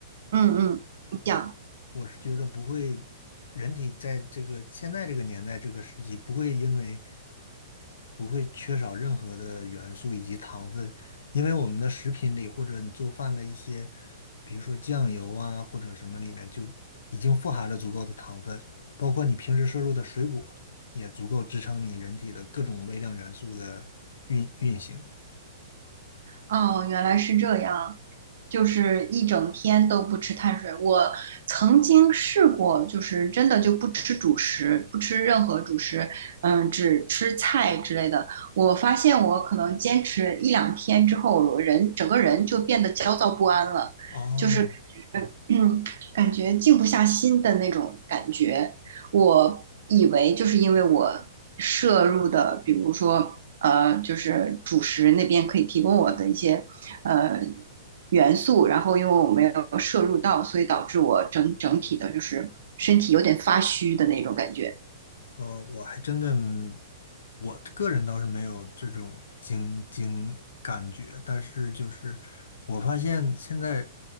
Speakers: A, on the right; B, on the left.
A: 嗯嗯，你讲。
B: 我是觉得不会，人体在这个现在这个年代这个时期不会因为不会缺少任何的元素以及糖分，因为我们的食品里或者你做饭的一些，比如说酱油啊或者什么里面就已经富含了足够的糖分，包括你平时摄入的水果也足够支撑你人体的各种微量元素的运运行。
A: 哦，原来是这样，就是一整天都不吃碳水。我曾经试过，就是真的就不吃主食，不吃任何主食，嗯，只吃菜之类的。我发现我可能坚持一两天之后，我人整个人就变得焦躁不安了，
B: 啊。
A: 就是嗯，感觉静不下心的那种感觉。我以为就是因为我摄入的，比如说呃，就是主食那边可以提供我的一些呃元素，然后因为我没有摄入到，所以导致我整整体的就是身体有点发虚的那种感觉。
B: 呃，我还真的，我个人倒是没有这种经经感觉，但是就是我发现现在